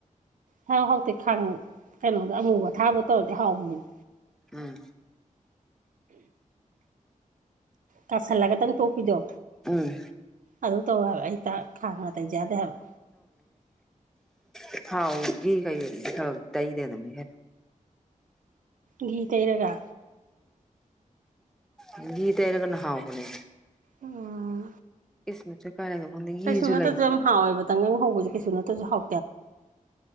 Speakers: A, on the right; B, in the centre.
A: ꯍꯥꯎ ꯍꯥꯎꯇꯤ ꯈꯥꯡꯉ ꯀꯩꯅꯣꯗ ꯑꯃꯨꯕ ꯊꯥꯕ ꯇꯧꯔꯗꯤ ꯍꯥꯎꯕꯅꯦ ꯑ
B: ꯎꯝ
A: ꯇꯥꯁꯜꯂꯒꯗꯪ ꯇꯣꯛꯄꯤꯗꯣ
B: ꯎꯝ
A: ꯑꯗꯨ ꯇꯧꯋꯦꯕ ꯑꯩ ꯈꯥꯡ ꯉꯇꯩꯩꯖꯥꯗꯦ ꯍꯥꯏꯕ
B: ꯎ ꯊꯥꯎꯒꯤ ꯀꯩꯕ ꯇꯩꯗ ꯑꯗꯨꯝꯅꯤ ꯈꯩꯅꯣ
A: ꯒꯤꯘ ꯀꯩꯔꯒ
B: ꯎꯝ ꯒꯤ ꯇꯔꯒꯅ ꯍꯥꯎꯕꯅꯦ
A: ꯎꯝ
B: ꯀꯤꯁꯃꯤꯁꯁꯨ ꯀꯥꯏ ꯂꯩꯒꯦ ꯈꯪꯗꯦ ꯘꯤꯁꯨ
A: ꯀꯩꯁꯨ ꯅꯠꯇꯁꯨ
B: ꯂꯩ
A: ꯌꯥꯝ ꯍꯥꯎꯋꯦꯕꯇꯪꯅ ꯍꯧꯕꯁ ꯀꯩꯁꯨ ꯅꯠꯇ꯭ꯔꯁꯨ ꯍꯥꯎ